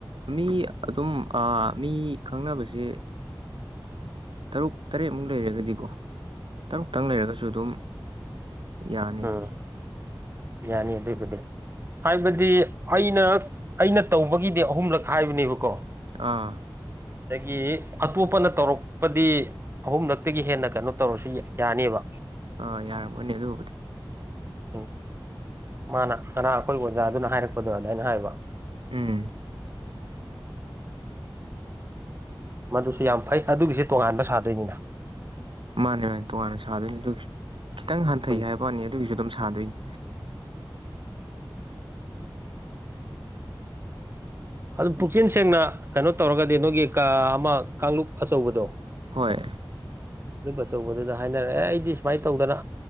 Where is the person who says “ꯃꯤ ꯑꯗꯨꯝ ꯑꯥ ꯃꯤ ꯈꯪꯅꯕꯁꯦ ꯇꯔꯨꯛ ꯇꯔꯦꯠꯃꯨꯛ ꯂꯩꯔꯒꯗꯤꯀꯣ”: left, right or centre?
Right